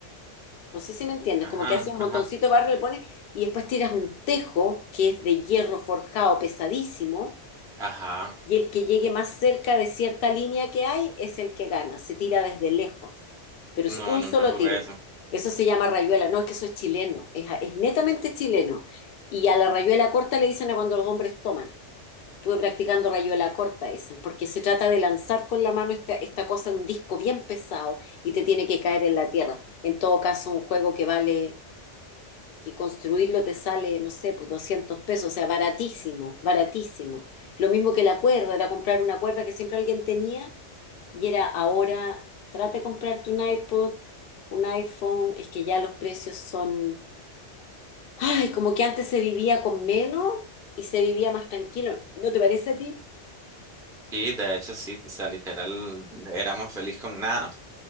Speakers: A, on the left; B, in the centre.
A: No sé si me entiendes,
B: ajá,
A: como que hace un montoncito
B: ajá,
A: de barro, le pones y después tiras un tejo que es de hierro forjado pesadísimo
B: ajá,
A: y el que llegue más cerca de cierta línea que hay es el que gana. Se tira desde lejos. Pero
B: no,
A: es un
B: nunca
A: solo
B: jugué
A: tiro.
B: eso.
A: Eso se llama rayuela. No es que eso es chileno. Es, es netamente chileno. Y a la rayuela corta le dicen a cuando los hombres toman. Estuve practicando rayuela corta, dicen, porque se trata de lanzar con la mano esta, esta cosa, un disco bien pesado, y te tiene que caer en la tierra. En todo caso, un juego que vale que construirlo te sale, no sé, pues 200 pesos, o sea, baratísimo, baratísimo. Lo mismo que la cuerda, era comprar una cuerda que siempre alguien tenía y era ahora, trata de comprarte un iPod, un iPhone, es que ya los precios son, ay, como que antes se vivía con menos y se vivía más tranquilo. ¿No te parece a ti?
B: Sí, de hecho sí, o sea, literal, éramos feliz con nada.